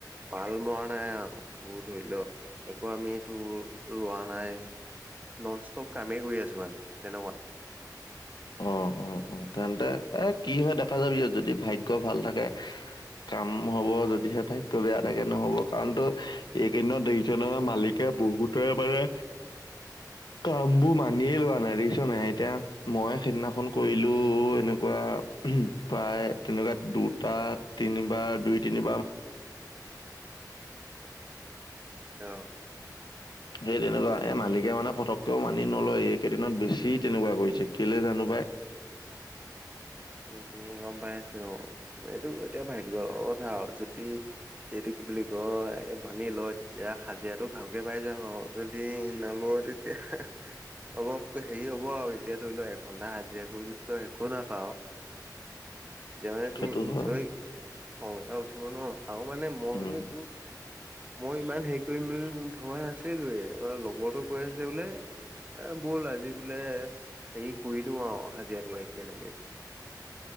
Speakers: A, on the right; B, on the left.
A: পাল মৰা নাই আৰু ব ধৰি লও। একো আমিটো ৰোৱা নাই। নন ষ্টপ কামেই কৰি আছো মানে তেনেকুৱা।
B: অ অ অ তেন্তে এ কি হয় দেখা যাব ইয়াত যদি ভাগ্য ভাল থাকে। কাম হব যদিহে ভাগ বেয়া থাকে নহ'ব কাৰণটো এইকেইদত দজনৰ মালিকে। বহুতে মানে। কাম বোৰ মানিয়েই লোৱা নাই দেখিছ নাই এতিয়া মই। সেইদিনাখন কৰিলো এনেকুৱা প্ৰায় তেনেকুৱা দুটা তিনিবাৰ। দুই তিনি।
A: অ
B: সেই তেনেকুৱা এ মালিকে মানে ফটককেও মানি নলয় এইকেইদিনত বেছি তেনেকুৱা কৰিছে। কেলে জানো পাই।
A: উ উম গম পাই আছো অ এইটো এতিয়া ভাগ্য কথা আৰু জতি দেউ কি বুলি। কি কয় বানি লয় তেতিয়া হাজিৰাটো ভালকে পাই যাম আৰু যদি নলয় তেতিয়া। অলপ হেৰি হব আৰু এতিয়া ধৰি লও এঘন্টা হাজিৰা কৰি যদি একে একো নাপাঅ তেতিয়া মানে তোৰ
B: সেইটো
A: নিশ্চয়
B: হয়
A: খং এটা উঠিব ন আৰু মই
B: উম
A: মানে তু মই ইমান হেৰি কৰিম বুলি ভবা নাছিলোয়ে আৰু লগৰটোৱে কৈ আছে বোলে এ বল আজি বোলে হেৰি কৰি দিও আৰু হাজিৰাটো একেলগে